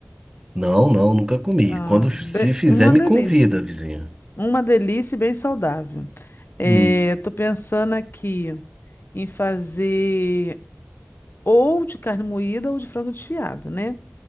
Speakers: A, on the right; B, on the left.
A: Não, não, nunca comi.
B: Ah,
A: Quando f-
B: be-
A: se fizer,
B: uma
A: me
B: delícia.
A: convida, vizinha.
B: Uma delícia e bem saudável. É,
A: Hum,
B: tô pensando aqui em fazer ou de carne moída ou de frango desfiado, né?